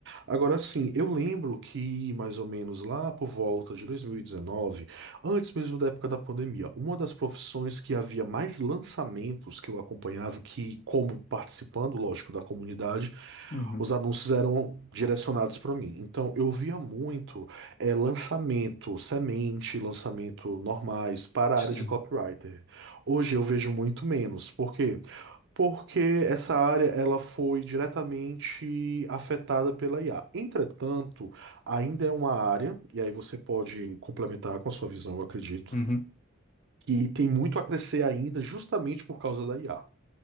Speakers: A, on the right; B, on the left.
A: Agora sim, eu lembro que mais ou menos lá por volta de 2019, antes mesmo da época da pandemia, uma das profissões que havia mais lançamentos que eu acompanhava, que como participando, lógico, da comunidade,
B: uhum,
A: os anúncios eram direcionados para mim. Então eu via muito é lançamento semente, lançamento normais para
B: sim.
A: a área de copywriter. Hoje eu vejo muito menos. Por quê? Porque essa área ela foi diretamente afetada pela IA. Entretanto, ainda é uma área, e aí você pode complementar com a sua visão, eu acredito,
B: Uhum.
A: que tem muito a crescer ainda justamente por causa da IA.